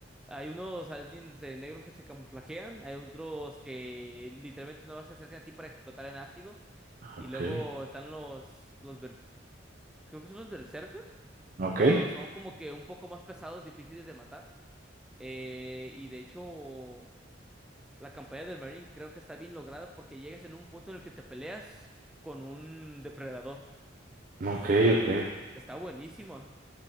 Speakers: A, in the centre; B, on the right (about 45°).
A: hay unos aliens eh, negros que se camuflajean, hay otros que literalmente no vas a acercar a ti para explotar en ácido, y
B: Ok,
A: luego están los, los bers- creo que son los berserker,
B: ok,
A: pero son como que un poco más pesados, difíciles de matar, eh, y de hecho la campaña del Marine creo que está bien lograda porque llegas en un punto en el que te peleas con un depredador.
B: ok, ok,
A: Está buenísimo.